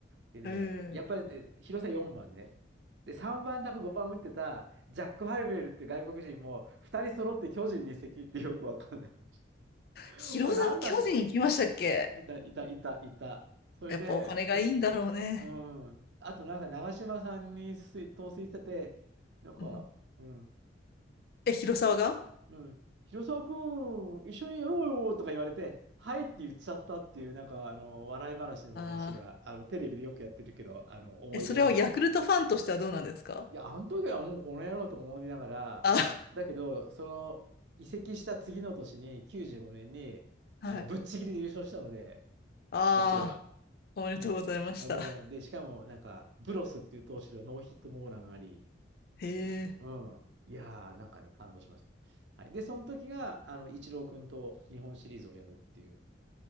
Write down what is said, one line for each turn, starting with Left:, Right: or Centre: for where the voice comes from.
Right: でね、
Left: うん。
Right: やっぱり、え広沢4番ね。で、3番だか5番打ってたジャック・ハイベルって外国人も2人揃って巨人に移籍ってよくわかんない。<laughs>
Left: 広沢巨人行きましたっけ
Right: お、なんだそれ。いた、いた、いた、いた。それで、
Left: やっぱお金がいいんだろうね。
Right: うん。あとなんか長嶋さんに水陶酔してて、なんか、
Left: <laughs> うん
Right: うん。
Left: え、広沢が
Right: うん、広沢君、一緒にやろうよとか言われて、はいって言っちゃったっていう、なんかあの笑い話の話が、
Left: ああ
Right: あのテレビでよくやってるけど、あの思い出話。
Left: ー。え、それをヤクルトファンとしてはどうなんですか
Right: いや、あの時はもうこの野郎とか思いながら、
Left: あ、
Right: だけど、その移籍した次の年に、95年に、
Left: <laughs> はい。
Right: あのぶっちぎりで優勝したので、
Left: ああ、
Right: こっちが。
Left: おめでとうございました。
Right: うん。おめでとうございます。で、しかも、なんか、ブロスっていう投手のノーヒットノーランあり、
Left: へえ。
Right: うん。いやー、なんかね、感動しました。はい。で、その時が、あの、イチロー君と日本シリーズをやるっていう